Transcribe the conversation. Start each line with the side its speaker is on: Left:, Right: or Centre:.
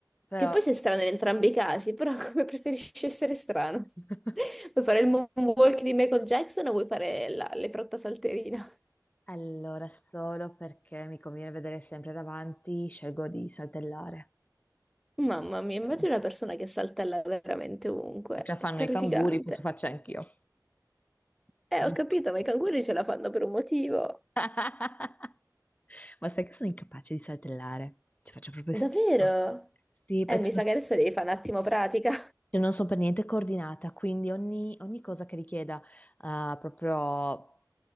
Left: Però,
Centre: che poi sei strano in entrambi i casi, però <laughs> come preferisci essere strano?
Left: <laughs>
Centre: Vuoi fare il moonwalk di Michael Jackson o vuoi fare la leprotta salterina?
Left: allora, solo perché mi conviene vedere sempre davanti, scelgo di saltellare.
Centre: Mamma mia, immagina
Left: Se
Centre: una persona che saltella veramente ovunque.
Left: già fanno
Centre: È terrificante.
Left: i canguri, posso farci anch'io,
Centre: Eh,
Left: giusto?
Centre: ho capito, ma i canguri ce la fanno per un motivo.
Left: <laughs> Ma sai che sono incapace di saltellare? Ci faccio proprio
Centre: Davvero?
Left: schifo. Sì,
Centre: Eh,
Left: perché
Centre: mi
Left: sono
Centre: sa che adesso devi fare un attimo pratica.
Left: Cioè, non sono per niente coordinata, quindi ogni, ogni cosa che richieda ah, proprio,